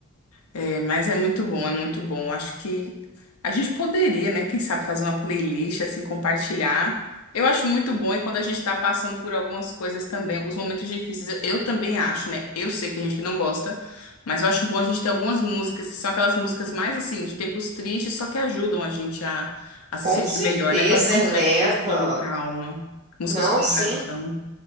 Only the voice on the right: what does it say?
Com
certeza
eleva.
Não,
sim.